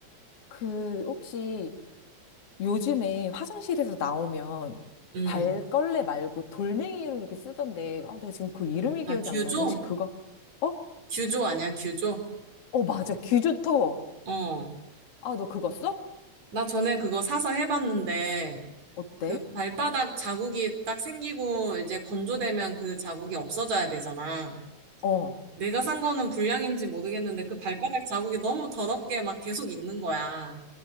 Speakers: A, on the left (about 55°); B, on the right (about 65°).
A: 그, 혹시 요즘에 화장실에서 나오면
B: 음.
A: 발걸레 말고 돌멩이로 이렇게 쓰던데, 아, 내가 지금 그 이름이
B: 아,
A: 기억이
B: 듀조?
A: 안 나는데, 혹시 그거? 어?
B: 듀조 아니야, 듀조?
A: 어, 맞아. 귀좋토
B: 어.
A: 아, 너 그거 써?
B: 나 전에 그거 사서 해봤는데
A: 어때?
B: 그 발바닥 자국이 딱 생기고 이제 건조되면 그 자국이 없어져야 되잖아.
A: 어.
B: 내가 산 거는 불량인지 모르겠는데 그 발바닥 자국이 너무 더럽게 막 계속 있는 거야.